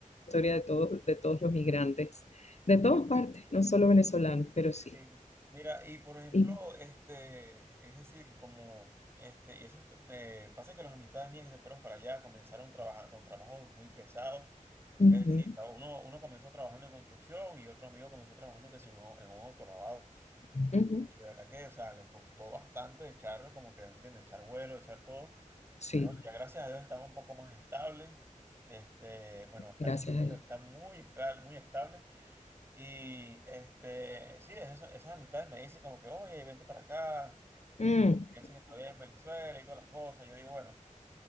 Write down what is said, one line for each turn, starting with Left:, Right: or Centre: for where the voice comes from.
Left: historia de todos, de todos los migrantes, de todas partes, no solo venezolanos, pero sí.
Right: Sí. Mira, y por ejemplo,
Left: Y,
Right: este, es decir, como, este, y eso est- eh, pasa que las amistades mías que se fueron para allá comenzaron trabajar con trabajos muy pesados.
Left: ujú,
Right: Es decir, tra- uno, uno comenzó trabajando en construcción y otro amigo comenzó trabajando que sí, en un en un autolavado.
Left: ujú,
Right: Y de verdad que, o sea, les costó bastante echar, como que, ¿entiendes? Echar vuelo, echar todo.
Left: sí,
Right: Pero bueno, ya gracias a Dios estaba un poco más estable. Este, bueno, hasta
Left: gracias
Right: diría
Left: a
Right: yo,
Left: Dios.
Right: está muy, estra- muy estable. Y este, sí, esas, esas amistades me dicen como que, oye, vente para acá,
Left: Mm,
Right: eh, ¿qué haces todavía en Venezuela y todas las cosas? Yo digo, bueno,